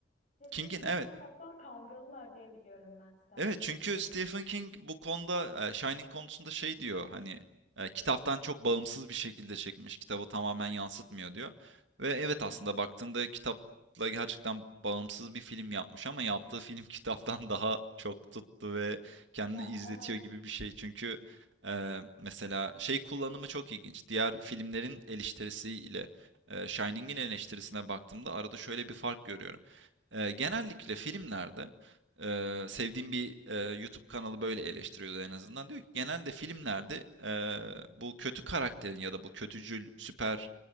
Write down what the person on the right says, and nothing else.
King'in
evet
Evet
çünkü Stephen King bu konuda e, Shining konusunda şey diyor hani e, kitaptan çok bağımsız bir şekilde çekmiş kitabı tamamen yansıtmıyor diyor. Ve evet aslında
baktığında kitapla gerçekten bağımsız bir film yapmış ama yaptığı film <laughs> kitaptan daha çok tuttu ve kendini
izletiyor
gibi bir şey. Çünkü e, mesela şey kullanımı çok ilginç. Diğer filmlerin eleştirisiyle e, Shining'in eleştirisine baktığımda arada şöyle bir fark görüyorum. E, genellikle filmlerde Eee, sevdiğim bir eee, YouTube kanalı böyle eleştiriyordu en azından. Diyor ki genelde filmlerde eee, bu kötü karakterin ya da bu kötücül süper